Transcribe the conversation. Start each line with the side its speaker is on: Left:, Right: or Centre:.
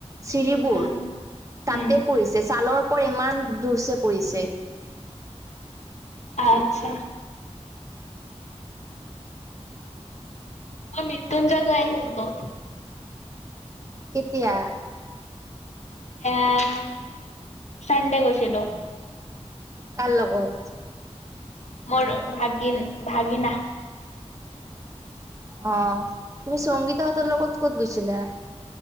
Right: চিৰিবোৰ
Left: উম,
Right: তাতে
Left: উম,
Right: পৰিছে যে চালৰ ওপৰ ইমান জোৰছে পৰিছে।
Left: আচ্ছা মই মৃত্যুঞ্জয় গৈ আহিলোতো -
Right: কেতিয়া?
Left: এয়া চানডে গৈছিলো
Right: কাৰ লগত
Left: মোৰ অ ভাগিন ভাগিনা।
Right: অ, তুমি সংগীতাহঁতৰ লগত ক'ত গৈছিলা?